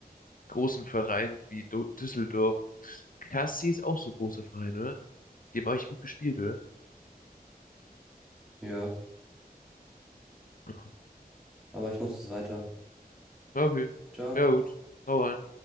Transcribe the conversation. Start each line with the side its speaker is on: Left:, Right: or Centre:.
Left: großen Vereinen wie Do Düsseldorf. KSC ist auch so ein großer Verein, oder? Die haben eigentlich gut gespielt, oder?
Centre: Ja,
Left: Ja,
Centre: aber ich muss jetzt weiterziehen.
Left: Ja, okay.
Centre: Ciao.
Left: Ja, gut. Hau rein.